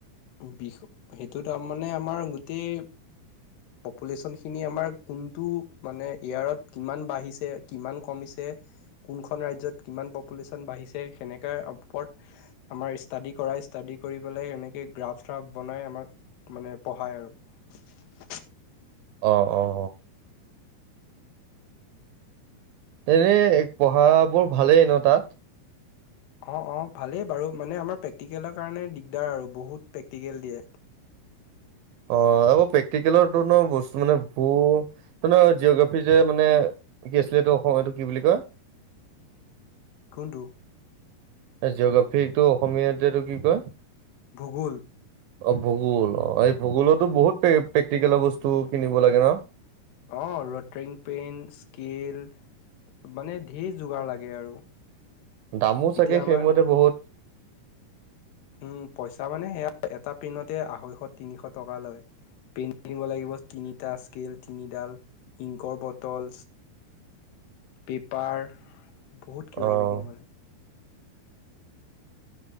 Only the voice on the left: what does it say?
সেইটো তাৰ মানে আমাৰ গোটেই পপুলেশ্যন খিনি আমাৰ কোনটো মানে এয়াৰত কিমান বাঢ়িছে, কিমান কমিছে, কোনখন ৰাজ্যত কিমান পপুলেশ্যন বাঢ়িছে ছে সেনেক ওপৰত আমাৰ ষ্টাডি কৰাই, ষ্টাডি কৰি পেলাই সেনেকৈ গ্ৰাফ চ্ৰফ বনাই, আমাক মানে পঢ়ায় আৰু।
অ' অ' ভালেই বাৰু, প্ৰেক্টিকেলৰ কাৰণে দিগদাৰ আৰু, বহুত প্ৰেক্টিকেল দিয়ে।
কোনটো
ভূগোল।
অ' ৰট্ৰিং পেন স্কেল মানে ধেৰ যোগাৰ লাগে আৰু
এতিয়া
আমাৰ
উম পইচা মানে সেয়া এটা পিনতে আঢ়ৈশ তিনিশ টকা লয়। পে কিনিব লাগিব তিনিটা স্কেল তিনিডাল ইংকৰ বটল, পেপাৰ বহুত কিবা
কিবি কিনি মানে